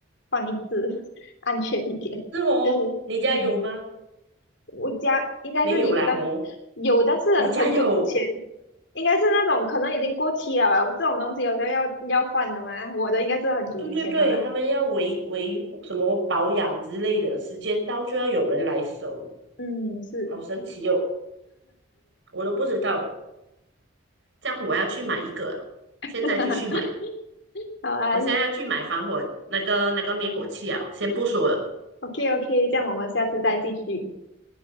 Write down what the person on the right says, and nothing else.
是哦，
你家有吗？
没有啦哦，
你家有？
对对对，他们要维维护什么保养之类的，时间到就要有人来收，
好神奇哦，我都不知道。这样我要去买一个，
现在就去买。
我现在去买防火那个那个灭火器啊，先不说了。